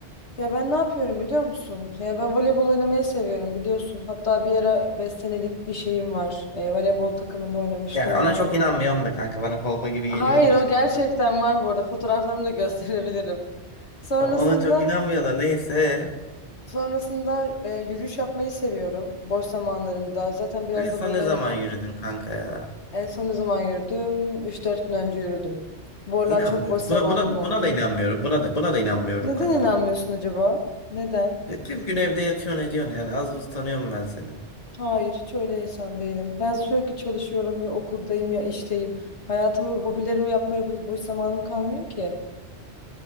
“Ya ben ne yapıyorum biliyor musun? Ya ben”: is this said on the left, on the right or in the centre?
Left